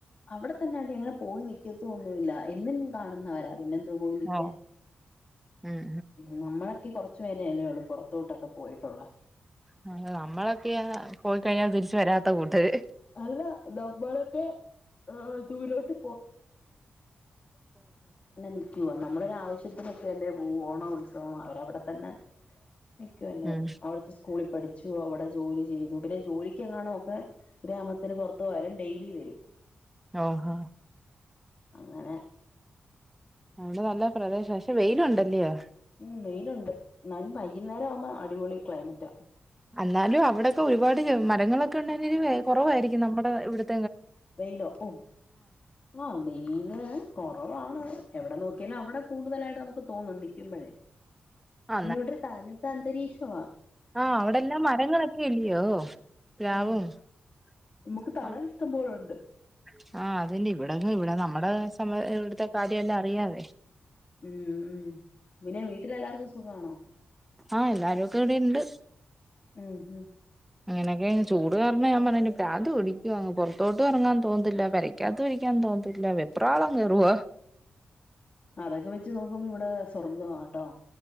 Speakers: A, on the left; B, in the centre.
A: അവിടെ തന്നാടി അങ്ങന പോയി നി തൊ ഒന്നുമല്ല എന്ന് കാണുന്നവരാ പിന്നെ എന്തോ പോയി നിക്കാൻ
B: ഓ ഉം
A: ഉം നമ്മളൊക്കെ കൊറച്ചു പേരല്ലേള്ളൂ പുറത്തോട്ടൊക്കെ പോയിട്ടുള്ള
B: ആ നമ്മളൊക്കെയ പോയിക്കഴിഞ്ഞ തിരിച്ച് വരാത്ത കൂട്ടര്
A: അല്ല നമ്മളൊക്കെ ആഹ് ദൂരോട്ട് നിക്കുവ നമ്മളൊരു ആവശ്യത്തിനൊക്കെ അല്ലെപോവു ഓണോഉത്സവവും അവരവിടെത്തന്നെ നിക്കു അല്ലേ
B: ഉം
A: അവിടുത്തെ സ്കൂളിൽ പഠിച്ചു അവിടെ ജോലി ചെയ്തു പിന്നെ ജോലിക്കെങാണോക്കെ ഗ്രാമത്തിന് പുറത്തു പോയാലും ഡെയിലി വരും
B: ഓഹോ
A: അങ്ങനെ
B: അവിടെ നല്ല പ്രദേശ ക്ഷെ വെയിലുണ്ടല്ലയോ
A: ഉം വെയിലുണ്ട് എന്നാലും വൈകുന്നേരം ആവുമ്പോ അടിപൊളി ക്ലൈമ റ്റാ
B: ല്ലാലും അവിടെയൊക്കെ ഒരുപാട് മരങ്ങളൊക്കെ ഉണ്ട കുറവായിരിക്കും നമ്മുടെ ഇവിടത്തെ
A: വെയിലോ ഓ ആ വെയില് കു കുറവാണ്. എവിടെ നോക്കിയാലും അവിടെ കൂടുതലായിട്ട് നമ്മുക്ക് തോന്നും നിൽക്കുമ്പോഴേ
B: ആ
A: പിന്നോട് താനത്ത അന്തരീക്ഷമാ
B: ആഹ അവിടെ എല്ലാം മരങ്ങളൊക്കെ ഇല്ലയോ പ്ലാവും
A: ആഹ് നമുക്ക്
B: <unintelligible>
A: തണൽ ഇഷ്ടം പോലെ ഉണ്ട്
B: ആ അതിന് ഇവിടെങ്ങ് ഇവിടെ നമ്മടെ നമ്മ ഇവിടുത്തെ കാര്യമെല്ലാം അറിയാതെ
A: ഉം ഉംപിന്നെ വീട്ടിലെ എല്ലാവർക്കും സുഖമാണോ
B: ആഹ എല്ലാരും ഒക്കെ ഇവിടെണ്ട്
A: ഉം ഉം
B: അങ്ങനെയൊക്കെ ചൂട് കാരണം ഞാൻ പറഞ്ഞ പ്രാന്ത് പിടിക്കുവാ പുറത്തോട്ട് ഇറങ്ങാൻ തോന്നത്തില്ല പെരക്കാത്ത് ഇരിക്കാൻ തോന്നത്തില്ല വെപ്രാളം കയറുവാ
A: അതൊക്കെ വെച്ച് നോക്കുമ്പോ ഇവിടെ സ്വർഗം ആട്ടോ